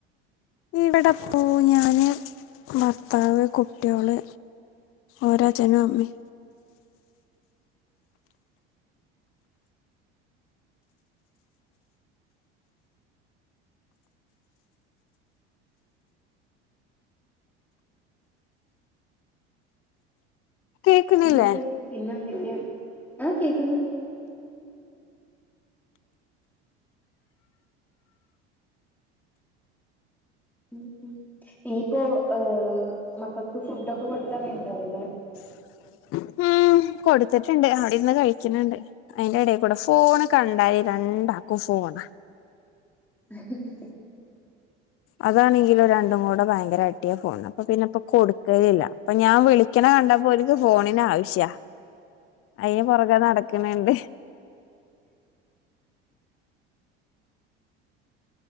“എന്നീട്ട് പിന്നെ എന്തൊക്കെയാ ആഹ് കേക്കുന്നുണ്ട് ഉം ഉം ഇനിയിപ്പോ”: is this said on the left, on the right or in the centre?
Centre